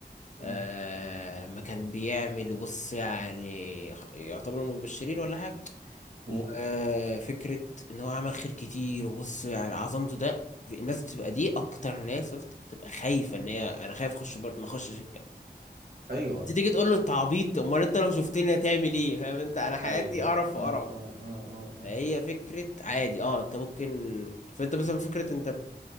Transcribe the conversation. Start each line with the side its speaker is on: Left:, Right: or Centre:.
Right: مم.
Left: آه ما كان بيعمل بص يعني خ- يعتبر من المبشرين ولا حاجة
Right: مم.
Left: وفكرة ان هو عمل خير كتير وبص يعني عظمته ده في- الناس بتبقى دي اكتر ناس يا اسطى بتبقى خايفة ان هي انا خايف اخش بر... ما اخشش الجنة
Right: ايوه
Left: أنت تيجي تقول له انت عبيط امال انت لو شفتني هتعمل ايه فاهم انت انا حياتي
Right: ايوه
Left: قرف
Right: اه
Left: وقرف
Right: اه اه اه اه
Left: هي فكرة عادي اه انت ممكن فانت مثلا فكرة انت بت...